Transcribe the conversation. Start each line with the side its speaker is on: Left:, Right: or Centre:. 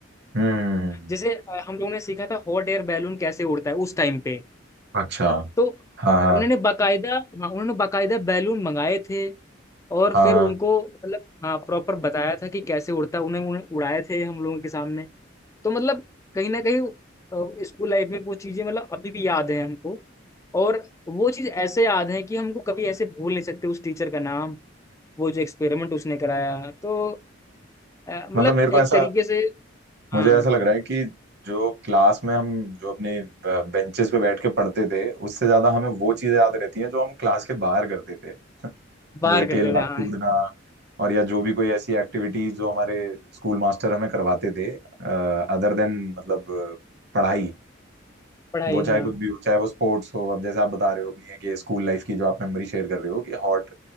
Right: हम्म हम्म,
Left: जैसे अ, हम लोगों ने सीखा था हॉट एयर बैलून कैसे उड़ता है उस टाइम पे
Right: अच्छा
Left: तो
Right: हाँ हाँ
Left: उन्होंने बाकायदा हाँ उन्होंने बाकायदा बैलून मंगाए थे और
Right: हाँ
Left: फिर उनको मतलब हाँ प्रॉपर बताया था कि कैसे उड़ता है उन्हें उन्हें उड़ाए थे हम लोगों के सामने तो मतलब कहीं ना कहीं स्कूल लाइफ में वो चीजें मतलब अभी भी याद है हमको और वो चीज ऐसे याद है कि हमको कभी ऐसे भूल नहीं सकते उस टीचर का नाम वो जो एक्सपेरिमेंट उसने कराया तो अ, मतलब
Right: मतलब मेरे को
Left: एक
Right: ऐसा
Left: तरीके से
Right: मुझे
Left: हाँ
Right: ऐसा लग रहा है कि जो क्लास में हम जो अपने बेंचेस पे बैठ के पढ़ते थे उससे ज्यादा हमें वो चीजें याद रहती हैं जो हम क्लास के बाहर करते थे <laughs>
Left: बाहर
Right: जैसे
Left: करते
Right: खेलना
Left: थे हाँ
Right: कूदना और या जो भी कोई ऐसी एक्टिविटीज जो हमारे स्कूल मास्टर हमें करवाते थे अदर देन मतलब अ, पढ़ाई
Left: पढ़ाई
Right: वो चाहे
Left: हाँ
Right: कुछ भी हो चाहे वो स्पोर्ट्स हो अब जैसे आप बता रहे हो अपनी है कि स्कूल लाइफ की जो आप मेमोरी शेयर कर रहे हो कि हॉट